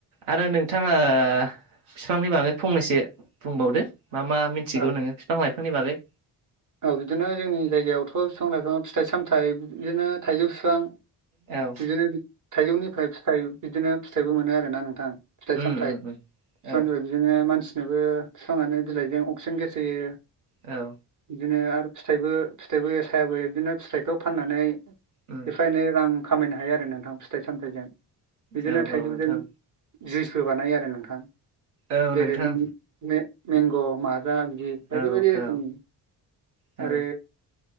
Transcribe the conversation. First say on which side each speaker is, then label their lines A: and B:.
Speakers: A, on the right (about 75°); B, on the right (about 35°).
A: आरो नोंथाङा ए फिफांनि बागै फंनैसो बुंबावदो। मा मा मिथिगौ
B: औ
A: नोङो बिफां लाइफांनि बागै।
B: औ बिदिनो जोंनि जायगायावथ' बिफां लाइफां फिथाइ सामथायाइ बिदिनो थाइजौ फिफां
A: औ
B: बिदिनो थाइजौनिफ्राय फिथाय बिदिनो फिथायाइबो मोनो आरोना नोंथां। फिथाइ
A: उम
B: सामथाइ
A: उम उम
B: <unintelligible>
A: औ
B: बिदिनो मानसि नोबो बिफाङानो बिलाइजों अक्सिजेन गेस होयो।
A: औ
B: बिदिनो आरो फिथाइबो फिथाइबो सायाबो बिदिनो फिथाइखौ फाननानै
A: उम
B: एफा एनै रां खामायनो हायो आरो नोंथां फिथाइ सामथाइजों। बिदिनो
A: औ
B: थाइजौजों
A: औ नोंथां
B: जुइसबो बानायो आरो नोंथां।
A: औ
B: जेरै
A: नोंथां
B: मे मेंंग' माजा बिदि बायदि
A: औ
B: बायदि रोखोमनि।
A: औ औ
B: आरो